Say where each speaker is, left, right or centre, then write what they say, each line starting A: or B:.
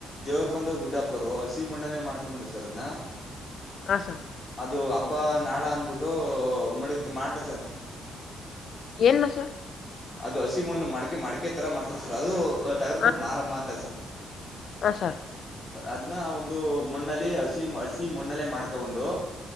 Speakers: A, on the left; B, on the left.
A: ದೇವ್ರು ಬಂದು ಗುಡ್ಡಪ್ಪರು ಹಸಿ ಮಣ್ಣಲ್ಲೇ ಮಾಡ್ಕೊಂಬಂದ್ ಸರ್ ಅದ್ನ
B: ಹಸ
A: ಅದು ಹಬ್ಬ ನಾಳ ಅನ್ಬಿಟ್ಟು ಮುಡಗ್ ಮಾಡ್ತಾರ ಸರ್
B: ಏನ್ ನಾ ಸಾ
A: ಅದು ಹಸಿ ಮಣ್ಣು ಮಾಡಕ ಮಾಡಕ ತರ ಮಾಡ್ತಾರೆ ಸರ್ ಅದು ಟಾಗರ್ಪುರ್
B: ಹ
A: ಮಾರಮ್ಮ ಅಂತಾರೆ ಸರ್.
B: ಹಾ ಸರ್
A: ಸರ್ ಅದನ್ನ ಒಂದು ಮಣ್ಣಲ್ಲಿ ಹಸಿ ಹಸಿ ಮಣ್ಣಲ್ಲೇ ಮಾಡ್ಕಗೊಂಡು.